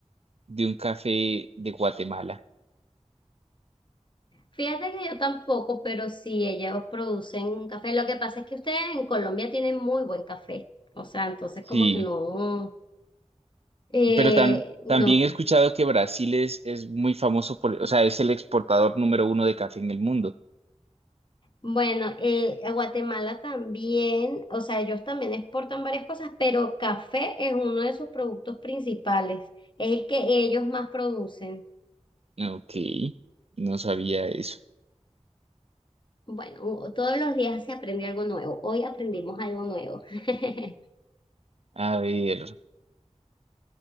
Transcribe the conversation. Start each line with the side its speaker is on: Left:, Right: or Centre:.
Right: de un café de Guatemala.
Left: Fíjate que yo tampoco, pero sí, ellos producen un café. Lo que pasa es que ustedes en Colombia tienen muy buen café. O sea, entonces
Right: Sí,
Left: como que no, eh,
Right: pero tam- también
Left: no.
Right: he escuchado que Brasil es, es muy famoso por, o sea, es el exportador número uno de café en el mundo.
Left: Bueno, eh, a Guatemala también, o sea, ellos también exportan varias cosas, pero café es uno de sus productos principales. Es el que ellos más producen.
Right: Ok, no sabía eso.
Left: Bueno, u- todos los días se aprende algo nuevo. Hoy aprendimos algo nuevo. <laughs>
Right: A ver.